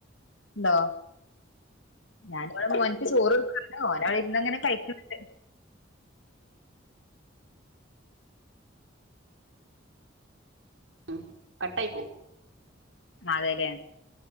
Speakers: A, on the left; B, on the right.
A: ഉണ്ടോ ഞാനിവിടെ മോന്ക്ക് ചോറ് കൊടുക്കാണ് ഓന് അവിടെ ഇരുന്നങ്ങനെ കഴിക്കണ് ഇണ്ട്
B: ഉം കട്ടായി പൂം
A: അതെലെ